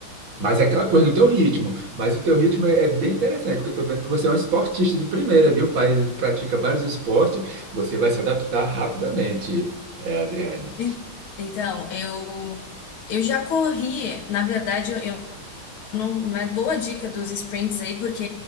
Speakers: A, on the right (about 70°); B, on the left (about 75°).
A: Mas é aquela coisa no teu ritmo. Mas o teu ritmo é, é bem interessante, porque eu tô vendo que você é um esportista de primeira, viu? Faz, pratica vários esportes, você vai se adaptar rapidamente, é, Adriane.
B: E- Então, eu eu já corri, na verdade, eu não- uma boa dica dos sprints aí, porque